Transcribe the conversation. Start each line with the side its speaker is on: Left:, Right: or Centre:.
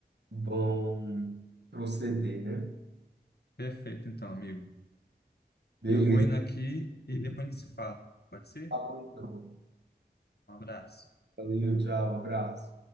Right: vão proceder, né?
Left: Perfeito, então, amigo.
Right: Beleza.
Left: Eu vou indo aqui e depois a gente se fala. Pode ser?
Right: Tá bom, então.
Left: Um abraço.
Right: Valeu, tchau, abraço.